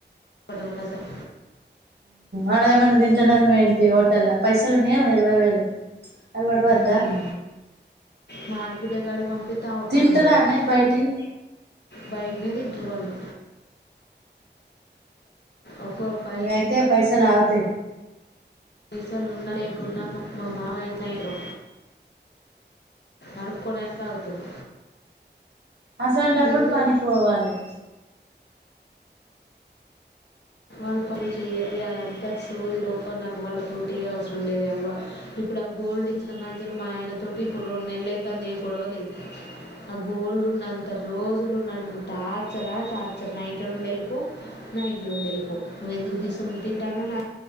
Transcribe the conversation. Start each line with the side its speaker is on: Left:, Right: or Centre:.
Left: కి అసలు
Right: ఆడే ఏమన్నా తింటానని పోయిండేమో హోటళ్ల పైసలు ఉన్నాయేమో ఇరువైవేలు అవి ఒడవద్ద
Left: ఉమ్, మా ఆడబిడ్డ కాడికి పంపితె ఆమె కాడ
Right: తింటరానే
Left: ఉండడట
Right: బయటియి
Left: బయటనే తింట్రు వాళ్లు ఒక్కో పయ్
Right: అయితే పైసలు ఆగుతయ్
Left: పైసల్ ఉన్నా లేకున్నా మా మామయ్య అట్నే ఐతడు అడుక్కోనయినా తాగుతాడు
Right: అసొంటప్పుడు
Left: అయితే
Right: పనికి పోవాలే
Left: వాళ్లు పని చెయ్యరు ఇగ అదంతా సోది రోకో నాకు వాళ్ళ తోటి అవసరం లేదే అవ్వ ఇప్పుడు ఆ గోల్డ్ ఇచ్చిన కాంచలి మా ఆయన తోటి ఇప్పుడు రెండు నెలైతాంది ఏ గొడవలేదు ఆ గోల్డ్ ఉన్నంత రోజులు నను టార్చరా టార్చర్ నా ఇంట్ల నుండి వెళ్ళిపో నా ఇంట్లో నుండి వెళ్ళిపో నువ్వ ఎందుకు తీస తింటానవు నా